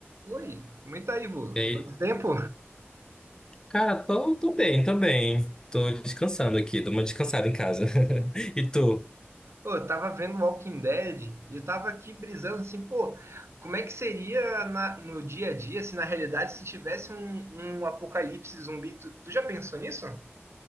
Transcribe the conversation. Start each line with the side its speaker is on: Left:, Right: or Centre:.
Right: Oi, comenta aí, vô.
Left: E aí,
Right: Quanto tempo?
Left: cara, tô, tô bem, tô bem. Tô descansando aqui, dou uma descansada em casa. <laughs> E tu?
Right: Pô, eu tava vendo Walking Dead e eu tava aqui brisando assim, pô, como é que seria na- no dia a dia se na realidade se tivesse um, um apocalipse zumbi? Tu, tu já pensou nisso?